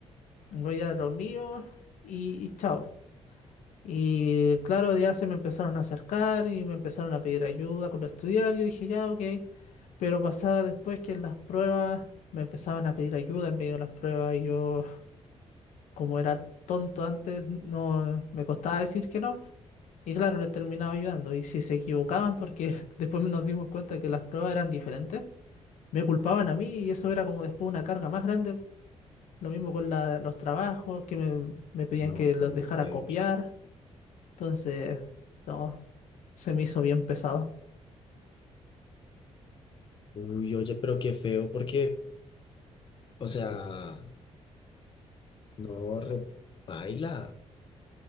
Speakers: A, on the left (about 80°); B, on the left (about 40°).
A: voy a lo mío y, y chao. Y claro, ya se me empezaron a acercar y me empezaron a pedir ayuda con estudiar. Yo dije, ya, ok. Pero pasaba después que en las pruebas me empezaban a pedir ayuda en medio de las pruebas y yo como era tonto antes, no me costaba decir que no. Y claro, les terminaba ayudando. Y si se equivocaban, porque <laughs> después nos dimos cuenta que las pruebas eran diferentes, me culpaban a mí y eso era como después una carga más grande. Lo mismo con la- los trabajos, que me, me pedían
B: No
A: que los
B: puede
A: dejara
B: ser.
A: copiar. Entonces, no, se me hizo bien pesado.
B: Uy, oye, pero qué feo, porque, o sea, no, repaila.